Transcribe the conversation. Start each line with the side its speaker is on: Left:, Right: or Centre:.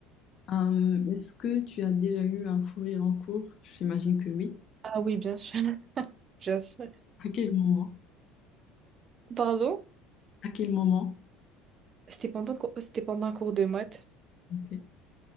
Left: Hum, est-ce que tu as déjà eu un fou rire en cours? J'imagine que oui.
Right: Ah oui, bien sûr. <laughs> Bien sûr.
Left: À quel moment?
Right: Pardon?
Left: À quel moment?
Right: C'était pendant, co- c'était pendant un cours de maths,
Left: Ok.